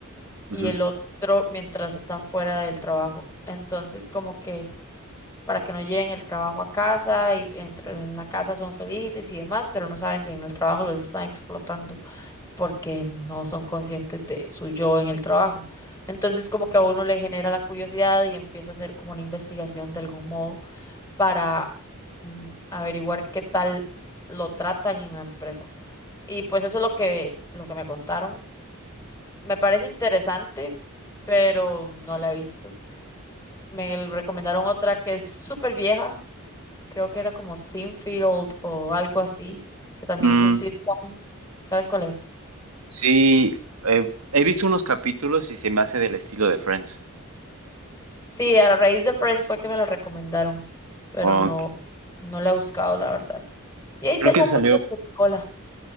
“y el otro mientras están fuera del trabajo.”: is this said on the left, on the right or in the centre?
Left